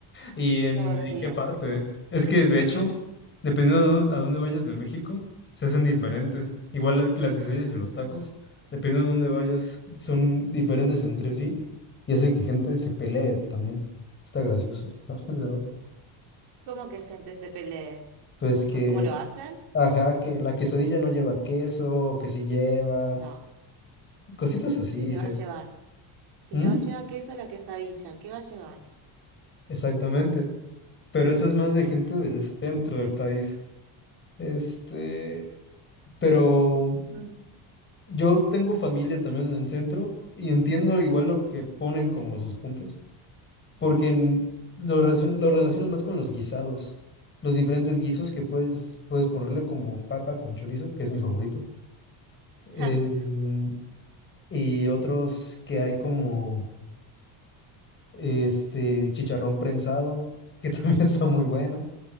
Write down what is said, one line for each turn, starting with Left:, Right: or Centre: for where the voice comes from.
Left: ¿Y en,
Right: todos los
Left: en
Right: días.
Left: qué parte? Es que, de hecho, dependiendo a dónde, a dónde vayas de México, se hacen diferentes. Igual la- las quesadillas y los tacos, dependiendo a dónde vayas, son diferentes entre sí y hace que gente se pelee también. Está gracioso, <laughs> la verdad.
Right: ¿Cómo que gente se pelee?
Left: Pues que,
Right: ¿Por cómo lo hacen?
Left: ajá, que la quesadilla no lleva queso, que sí lleva,
Right: No,
Left: y cositas así,
Right: pero
Left: dice.
Right: ¿qué va a llevar? Si
Left: ¿Mm?
Right: no lleva queso la quesadilla, ¿qué va a llevar?
Left: Exactamente. Pero eso es más de gente del centro del país. Este, pero...
Right: Mm.
Left: Yo tengo familia también en el centro y entiendo igual lo que ponen como sus puntos, porque en- lo relacion- lo relaciono más con los guisados, los diferentes guisos que puedes, puedes ponerle como papa con chorizo, que es mi favorito,
Right: <laughs>
Left: eh, mm, y otros que hay como este chicharrón prensado, que <laughs> también está muy bueno,